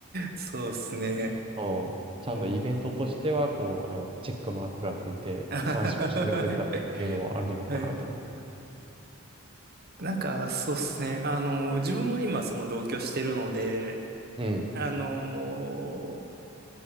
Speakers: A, on the right (about 45°); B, on the right (about 25°).
A: そうですね。
B: <laughs> うんちゃんとイベントとしては、
A: うん。
B: こう、あの、チェックマークがついて、
A: <laughs> は
B: 感謝を示せたっていうのはあるのかなと思う。
A: い。なんか、そうですね。あの、自分は今、その同居してるので、
B: うん、
A: あの、